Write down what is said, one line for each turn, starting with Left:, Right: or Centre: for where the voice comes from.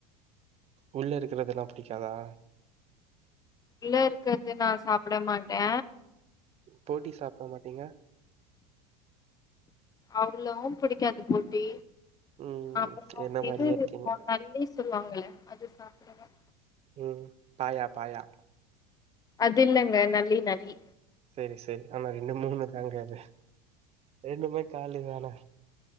Right: உள்ள இருக்கிறதெல்லா புடிக்காதா
Left: உள்ள இருக்கிறது நா சாப்ட மாட்ட
Right: போட்டி சாப்ட மாட்டீங்க
Left: அவ்வளவும் புடிக்காது போட்டி
Right: ம்
Left: அப்புறோமா
Right: என்ன மாரியே
Left: இது இருக்கு
Right: இருக்கீங்க
Left: நல்லி சொல்லுவாங்கல்ல அது சாப்டுவ
Right: ம் பாயா பாயா
Left: அதுல்லங்க நல்லி நல்லி
Right: செரி செரி ஆனா ரெண்டு மூணுனா தாங்காது ரெண்டுமே காலி தான